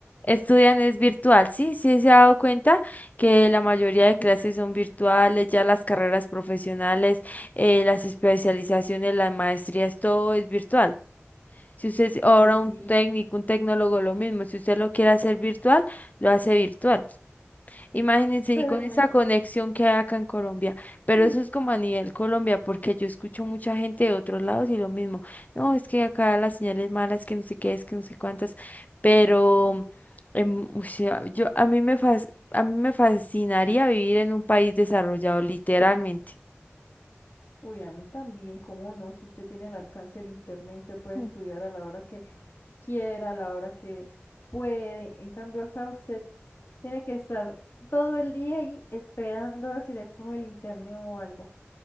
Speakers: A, on the left; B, on the left.
A: Estudian es virtual, sí, sí se ha dado cuenta que la mayoría de clases
B: Sí,
A: son virtuales, ya las carreras profesionales, eh, las especializaciones, las maestrías, todo es virtual. Si usted es ahora
B: pues sí.
A: un técnico, un tecnólogo, lo mismo, si usted lo quiere hacer virtual, lo hace virtual. Imagínense,
B: Pero
A: y con
B: imagínense.
A: esa conexión que hay acá en Colombia, pero
B: <laughs>
A: eso es como a nivel Colombia, porque yo escucho mucha gente de otros lados y lo mismo, no, es que acá las señales malas, que no sé qué es, que no sé cuántas, pero em, o sea, yo, a mí me fas- a mí me fascinaría vivir en un país desarrollado, literalmente.
B: Uy, a mí también, ¿cómo no? Si usted tiene al alcance el internet, usted puede
A: Mm.
B: estudiar a la hora que quiera, a la hora que puede. En cambio, acá usted tiene que estar todo el día ahí esperando a ver si les coge el internet o algo.